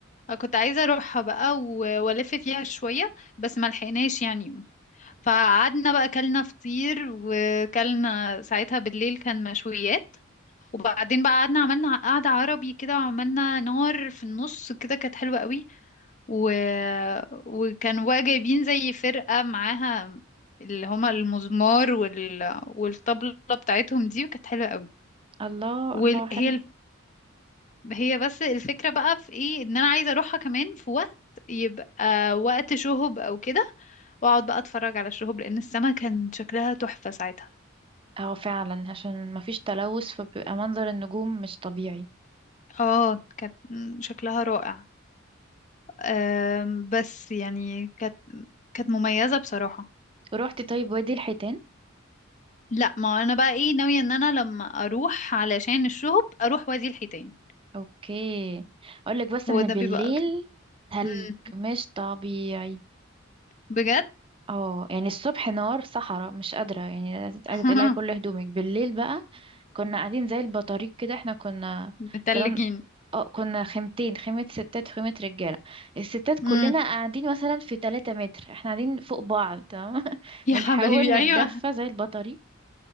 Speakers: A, on the left (about 40°); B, on the right (about 25°).
A: كنت عايزة اروحها بقى و- والف فيها شوية بس ما لحقناش يعني فقعدنا بقى كلنا فطير وكلنا ساعتها بالليل كان مشويات وبعدين بقى قعدنا عملنا قعدة عربي كده وعملنا نار في النص كده كانت حلوة قوي و... وكانوا بقى جايبين زي فرقة معاها اللي هما المزمار وال... والطبلة بتاعتهم دي وكانت حلوة قوي
B: الله
A: وهي
B: الله حلو
A: ال... هي بس الفكرة بقى في ايه ان انا عايزة اروحها كمان في وقت يبقى وقت شهب او كده واقعد بقى اتفرج على الشهب لان السما كان شكلها تحفة ساعتها
B: اه فعلا عشان ما فيش تلوث فبيبقى منظر النجوم مش طبيعي
A: اه كانت م- شكلها رائع أم، بس يعني كانت كانت مميزة بصراحة
B: روحت طيب وادي الحيتان
A: لا ما انا بقى ايه ناوية ان انا لما اروح علشان الشهب اروح وادي الحيتان
B: اوكي اقولك بس ان
A: هو ده
B: بالليل
A: بيبقى اكتر
B: ثلج
A: مم.
B: مش طبيعي
A: بجد
B: اه يعني الصبح نار صحراء مش قادرة يعني قاعدة
A: <laughs>
B: تقلعي كل هدومك بالليل بقى كنا قاعدين زي البطاريق كده احنا كنا
A: متلجين
B: كان اه كنا خيمتين خيمة ستات وخيمة رجالة الستات كلنا
A: مم.
B: قاعدين مثلا في 3 متر احنا قاعدين فوق بعض تمام <laughs>
A: يا
B: بنحاول
A: حبايبي ايوه
B: نتدفى زي البطاريق